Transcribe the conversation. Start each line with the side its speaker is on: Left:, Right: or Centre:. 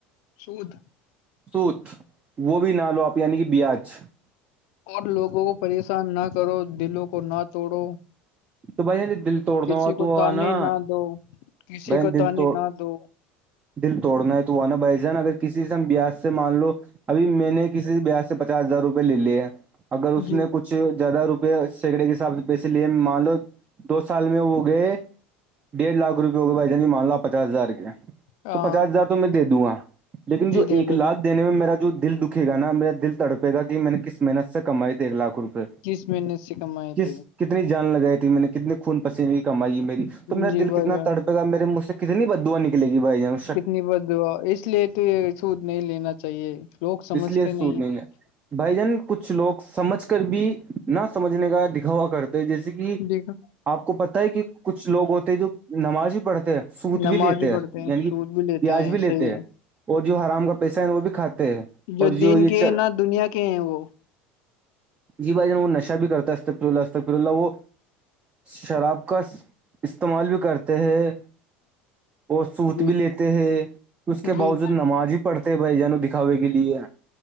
Left: سود
Right: سوت وہ بھی نہ لو آپ یعنی کہ بیاج
Left: اور لوگوں کو پریشان نہ کرو دلوں کو نہ توڑو
Right: تو بھائی دل توڑنا
Left: کسی
Right: ہوا
Left: کو
Right: تو
Left: تانے
Right: نا
Left: نہ دو کسی
Right: بھائی
Left: کو
Right: دل
Left: تانے
Right: توڑ
Left: نہ دو
Right: دل توڑنا ہے تو وہا نا بھ جان اگر کسی سے ہم بیاس سے مان لو ابھی میں نے کسی بیاس سے پچاس ہزار روپے لے لیے ہے اگر اس
Left: جی
Right: نے کچھ زیادہ روپئے سیکڑے کے حساب سے پیسے لیے مان لو دو سال میں وہ گئے ڈیڑھ لاکھ روپئے ہو گئےھائی جنی مان لوپ پچاس ہزار کے
Left: ہاں
Right: تو پچاس ہزار تو میں دے دوں گا لیکن جو
Left: جی دے
Right: ایک
Left: دو
Right: لاکھ
Left: گے
Right: دینے میں میرا جو دل دکھے گا نا میرا دل تڑپے گا کہ میں نے کس محنت سے کمائی ت ایک لاکھ روپئے
Left: تیس مہنے سے کمائی
Right: کس
Left: ت
Right: کتنی جان لگائی تھی میں نے کتنے خون پسینے کی کمائی ہے میری تو میرا
Left: جی
Right: دل
Left: بھائی
Right: کتنا
Left: جان
Right: تر میرے منھ سے کتنی بدوا نکے گ بائی چانس
Left: کتنی بد دعا اس لیے تو یہ سوود نہیں لینا چاہیے لوگ سمجھتے
Right: اس لیے سود
Left: نہیں
Right: ہے بھائی جان کچھ لوگ سمجھ کر بھی نہ سمجھنے کا دکھا ہوا کرتے جیسے کہ
Left: جیکا
Right: آپ کو پتہ ہے کہ کچھ لوگ ہوتے ہیں جو نماز ہی پڑھتے ہیں سوت
Left: نماز
Right: بھی لیتے ہیں
Left: پڑھتے
Right: یعنی
Left: سود
Right: کہ
Left: بھی
Right: پیاج بھی لیتے
Left: صحیح
Right: ہیں اور جو حرام کا پیسہ ہے وہ بھی کھاتے ہیں
Left: جو
Right: اور
Left: دین
Right: یہ
Left: کے
Right: چ
Left: ہیں نہ دنیا کے ہیں وہ
Right: جی بھائی جان وہ نشا بھی کرتا ہے استا پرولاتا پرولا وہ شراب کا استعمال بھی کرتے ہیں اور سوت
Left: جی
Right: بھی لیتے ہیں اس کے
Left: جی
Right: باوجود نماز ہی پڑھتے ہے بھائی جانوں دکھاوے کے لیے